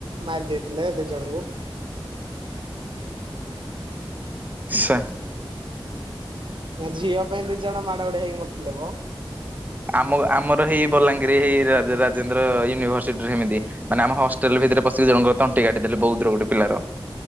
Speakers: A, on the right; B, on the right.
A: ମାରି ଦେଇେଇଥିଲେ ଦି ଜଣଙ୍କୁ।
B: ସେ
A: ନା ଝିଅ ପାଇଁ ଦି ଜଣ ମାଡ ଗୋଡିଆ ହେଇକି ମରଥିଲେ ବା।
B: ଆମ ଆମର ହେଇ ବଲାଙ୍ଗୀର ହେଇ ରା ରାଜେନ୍ଦ୍ର ୟୁନିଭରସିଟି ରେ ସେମିତି ମାନେ ଆମ ହଷ୍ଟେଲ ଭିତରେ ପଶିକି ଜଣଙ୍କର ତଣ୍ଟି କାଟି ଦେଲେ ବଉଧ ର ଗୋଟେ ପିଲାର।